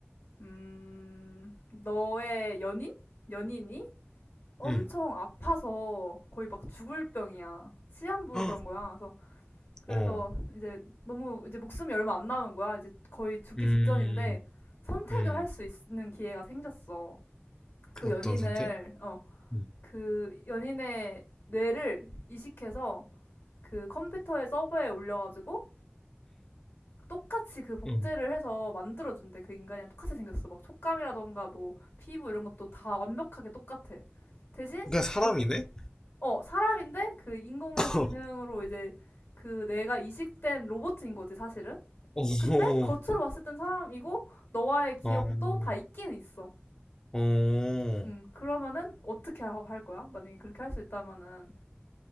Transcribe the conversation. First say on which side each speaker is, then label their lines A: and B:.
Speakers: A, on the left; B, on the left.
A: 음 너의 연인? 연인이 엄청
B: 응.
A: 아파서 거의 막 죽을 병이야. 시한부
B: 헉!
A: 그런 거야. 그래서 그래서
B: 어.
A: 이제 너무 이제 목숨이 얼마 안 남은 거야. 이제 거의 죽기
B: 음.
A: 직전인데 선택을
B: 음.
A: 할 수 있는 기회가 생겼어. 그
B: 어떤
A: 연인을
B: 선택?
A: 어
B: 응.
A: 그 연인의 뇌를 이식해서 그 컴퓨터의 서버에 올려가지고 똑같이 그 복제를
B: 응.
A: 해서 만들어준대 그 인간이랑 똑같이 생겼어 막 촉감이라던가 뭐 피부 이런 것도 다 완벽하게 똑같아 대신
B: 그러니까 사람이네?
A: 어 사람인데 그 인공지능으로
B: <laughs>
A: 이제 그 뇌가 이식된 로봇인 거지 사실은
B: 어.
A: 근데 겉으로 봤을 땐 사람이고 너와의 기억도
B: 어.
A: 다 있기는 있어
B: 어.
A: 음 그러면은 어떻게 하- 할 거야 만약에 그렇게 할 수 있다면은